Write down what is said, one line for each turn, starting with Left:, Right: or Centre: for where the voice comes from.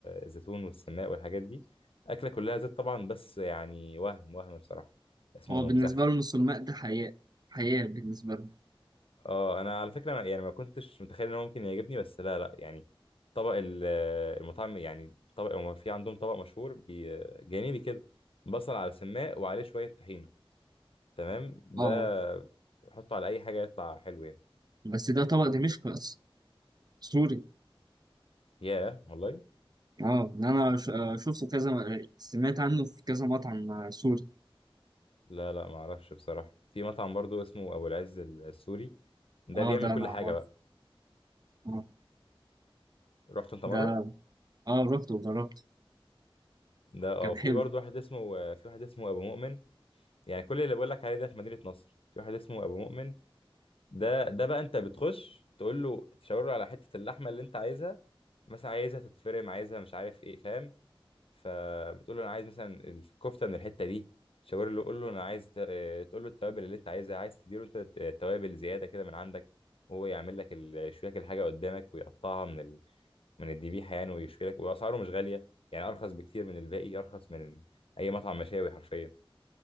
Left: الزيتون والسماق والحاجات دي أكلة كلها زيت طبعا بس يعني وهم وهم بصراحة اسمه
Right: هو بالنسبة
Left: مسخن
Right: لهم السماق ده حياة حياة بالنسبة لهم
Left: اه انا على فكرة ما- يعني ما كنتش متخيل ان هو ممكن يعجبني بس لا لا يعني طبق ال- المطعم يعني طبق هو في عندهم طبق مشهور بي- جانبي كده بصل على سماق وعليه شوية طحينة تمام ده
Right: اه
Left: حطه على اي حاجة يطلع حلو يعني
Right: بس ده طبق دمشق أصلا سوري
Left: ياه والله
Right: اه إن انا ش- آه، شفته كذا سمعت عنه في كذا مطعم آه، سوري
Left: لا لا ما اعرفش بصراحة في مطعم برضو اسمه ابو العز السوري ده
Right: اه
Left: بيعمل
Right: ده
Left: كل
Right: انا
Left: حاجة
Right: عارف
Left: بقى
Right: اه
Left: رحت انت مرة
Right: ده اه رحت وجربت
Left: ده اه
Right: كان
Left: في
Right: حلو
Left: برضو واحد اسمه آه، في واحد اسمه ابو مؤمن يعني كل اللي بقول لك عليه ده في مدينة نصر في واحد اسمه ابو مؤمن ده ده بقى انت بتخش تقول له تشاور له على حتة اللحمة اللي انت عايزها مثلا عايزها تتفرم عايزها مش عارف ايه فاهم فبتقول له انا عايز مثلا الكفته من الحته دي تشاور له قول له انا عايز ت- آه، تقول له التوابل اللي انت عايزها عايز تديله انت توابل زياده كده من عندك وهو يعمل لك ال- يشوي لك الحاجه قدامك ويقطعها من ال... من الذبيحه يعني ويشوي لك واسعاره مش غاليه يعني ارخص بكتير من الباقي ارخص من اي مطعم مشاوي حرفيا